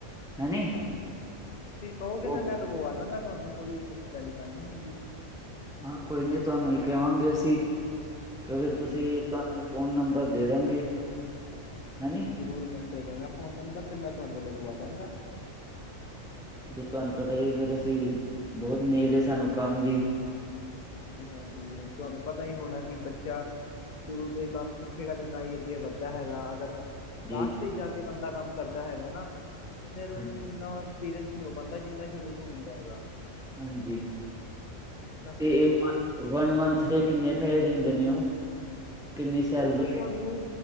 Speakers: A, in the centre; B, on the left.
A: ਹੈਨੀ
B: ਹਾਂਜੀ ਤੁਸੀਂ ਕਹੋਗੇ
A: ਉਹ
B: ਤਾਂ ਮੈਂ ਲਗਵਾ ਦਾਂਗਾ ਤੁਹਾਨੂੰ ਕੋਈ ਉਹ ਦਿੱਕਤ ਵਾਲੀ ਗੱਲ ਨਹੀਂ ਹੈਗੀ।
A: ਹਾਂ, ਕੋਈ ਨੀ ਤੁਹਾਨੂੰ ਹੀ ਕਵਾਂਗੇ ਅਸੀਂ ਕਿਉਂਕਿ
B: ਹਾਂਜੀ।
A: ਤੁਸੀਂ ਤੁਹਾਨੂੰ ਫ਼ੋਨ ਨੰਬਰ ਦੇ ਦਾਂਗੇ।
B: ਹਾਂਜੀ, ਹਾਂਜੀ
A: ਹੈਨੀ
B: ਜ਼ਰੂਰ ਬੰਦੇ ਤੋ ਮੈਂ ਫ਼ੋਨ ਨੰਬਰ ਮੈਂ ਤੁਹਾਨੂੰ ਲਿਖਵਾ ਦਾਂਗਾ।
A: ਜੇ ਤੁਹਾਨੂੰ ਪਤਾ ਹੀ ਫੇਰ ਅਸੀਂ ਬਹੁਤ ਨੀਡ ਏ ਸਾਨੂੰ ਕੰਮ ਦੀ।
B: ਹਾਂਜੀ, ਹਾਂਜੀ ਤੁਹਾਨੂੰ ਪਤਾ ਹੀ ਹੋਣਾ ਕਿ ਬੱਚਾ ਸ਼ੁਰੂ ਤੋਂ ਹੀ ਕੰਮ ਸਿੱਖੇਗਾ ਤੇ ਤਾਂ ਹੀ ਅੱਗੇ ਵੱਧਦਾ ਹੈਗਾ ਅਗਰ
A: ਜੀ
B: ਲਾਸਟ ਚ ਜਾ ਕੇ ਬੰਦਾ ਕੰਮ ਕਰਦਾ ਹੈਗਾ ਨਾ ਤੇ ਫੇਰ ਉਹਨੂੰ
A: ਹਾਂਜੀ
B: ਏਨਾ ਐਕਸਪੀਰੀਅੰਸ ਨਹੀਂ ਹੋ ਪਾਂਦਾ ਜਿੰਨਾ ਸ਼ੁਰੂ ਤੋਂ ਹੁੰਦਾ ਹੈਗਾ।
A: ਹਾਂਜੀ,
B: ਇਹ ਤਾਂ ਹੁੰਦਾ
A: ਤੇ ਏ
B: ਹੈਗਾ
A: ਵਨ ਮੰਥ ਦੇ ਕਿੰਨੇ ਪੈਸੇ ਦਿੰਦੇ ਨੇ ਉਹ,? ਕਿੰਨੀ ਸੈਲਰੀ
B: ਉਹ ਤਾਂ ਤੁਹਾਨੂੰ
A: ਹੈ